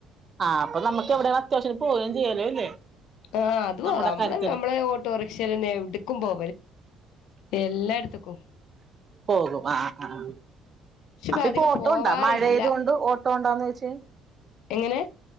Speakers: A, on the right; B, on the left.
A: ആ അപ്പൊ നമുക്ക് എവിടെയ അത്യാവശ്യം പോവുക ചെയ്യാലോ, അല്ലേ
B: ആഹ് അത് പോവാ
A: നമ്മുടെ
B: നമ്മള്
A: കാര്യത്തിന്
B: നമ്മളെ ഓട്ടോറിക്ഷൽ എടുക്കുമ്പോ എല്ലായിടത്തക്കും.
A: പോകും ആ ആ ആ
B: പക്ഷെ ഇപ്പ
A: അപ്പൊ
B: അധികം
A: ഇപ്പൊ ഓട്ടോ
B: പോവാറില്ല
A: ഉണ്ടാ. മഴയായത് കൊൊണ്ട് ഓട്ടോ ഉണ്ടാന്ന് വെച്ചാൽ
B: എങ്ങനെ?